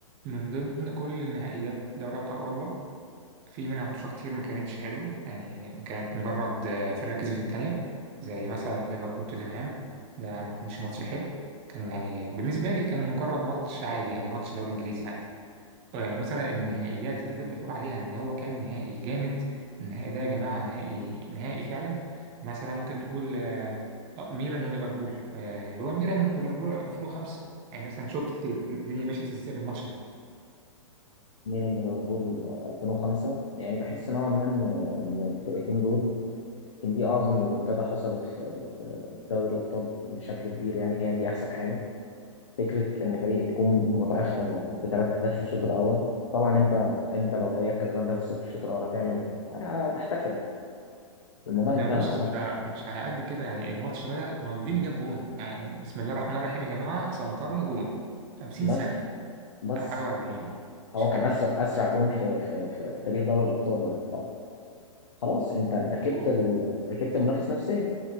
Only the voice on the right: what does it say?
من ضمن كل النهائيات دوري أبطال أوروبا في منها ماتشات كتير ما كانتش حلوة يعني كانت مجرد آه، فرقة كسبت التانية زي مثلا ليفربول توتنهام ده ما كانش ماتش حلو كان يعني بالنسبة لي كان مجرد ماتش عادي يعني ماتش دوري إنجليزي عادي آه، مثلا النهائيات اللي تقدر تقول عليها إن هو كان نهائي جامد النهائي ده يا جماعة نهائي نهائي فعلا مثلا ممكن تقول آه، آه، ميلان وليفربول آه، اللي هو ميلان وليفربول 2005 يعني مثلا شفت الدنيا مشيت ازاي في الماتش ده
ده
بص
ده مش على قد كده يعني الماتش بدأ مالديني جاب جون يعني بسم الله الرحمن الرحيم يا جماعة سنترنا جون 50
ثانية
أو حاجة و40
مش فاكر
و-
و-